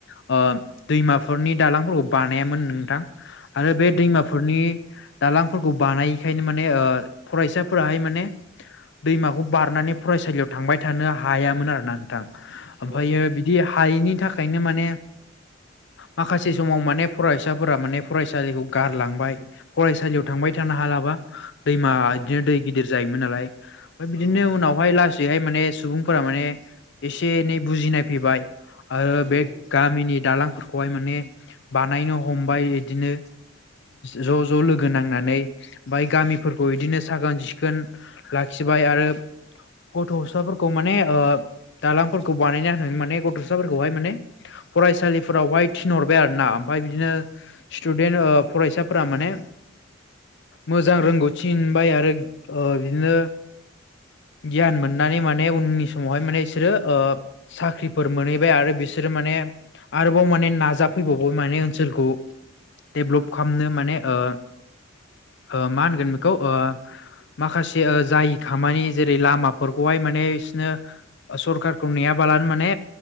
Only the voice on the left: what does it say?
ओ दैमाफोरनि दालांफोरखौ बा नायामोन नोंथां आरो बे
दैमाफोरनि दांलां फोरखौ बानायिखायनो माने ओ फरायसाफोराहाय माने दैमाखौ बारनानै फरायसालियाव थांबाय थानो हायामोन आरोना नोंथां ओमफ्रायो
बिदि हायैनि थाखायनो माने माखासे समाव माने फरायसाफोरा माने फरायसालिखौ गारलांबाय फरायसा थांबाय
थानो हालाबा दैमा
बिदिनो दै गिदिर जायोमोन नालाय ओमफ्राय बिदिनो
उनावहाय ला सैहाय माने सुबुंफोरा माने एसे एनै बुजिनाय फैबाय आरो
बे गामिनि दालांफोरखौहाय माने बानायनो हमबाय बिदिनो ज' ज' लोगो नांना नै गामिफोरखौ बिदिनो साखोन सिखोन लाखिबाय आरो गथ'साफोरखौ माने ओ दालांफोरखौ बानायना होननानै माने गथ'साफोरखौहाय माने फरायसालिफोरावहाय थिनहरबाय आरो ना ओमफ्राय बिदिनो स्टुडेन्ट फरायसाफोरा माने मोजां रोंगौथि मोनबाय आरो ओ बिदिनो गियान मोननानै माने उननि समावहाय माने बिसोरो ओ साख्रिफोर मोनहैबाय आरो बिसोरो माने आरोबाव माने नाजाफैबावबाय माने ओनसोलखौ डेभलप खालामनो माने ओ ओ मा होनगोन बेखौ ओ माखासे जायि खामानि जेरै लामाफोरखौहाय माने बिसोरनो सरखारखौ नेयाबालानो माने